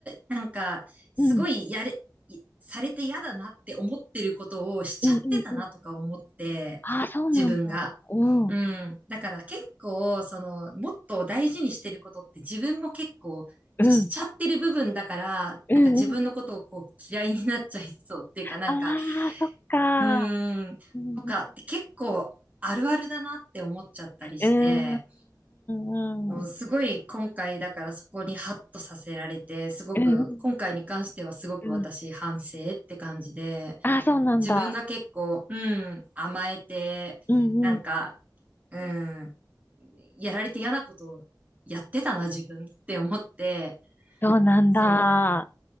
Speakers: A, on the right; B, on the left.
A: なんかすごいやれ、
B: うん。
A: いされて嫌だなって思ってることをしちゃってたなとか思って、
B: うんうんうん。ああー、そうなんだ。
A: 自分が。
B: うん。
A: うん。
B: うん
A: だから結構、その、もっと大事にしてることって自分も結構しちゃってる部分だから、
B: うん。うん。うんうんうん。
A: なんか自分のことをこう嫌いになっちゃいそうっていうか、なんか、
B: ああー、そっか。
A: うーん、
B: うん。
A: とかって結構あるあるだなって思っちゃったりして、
B: うんうんうんうん。
A: うんすごい今回だからそこにハッとさせられて、すごく、
B: うんうん
A: 今回に関してはすごく私反省って感じで、
B: うん。ああー、そうなんだ。
A: 自分が結構、うん、甘えて、
B: うんうん。
A: なんか、うん、やられて嫌なことをやってたな、自分って思って、
B: そうなんだ。
A: そう。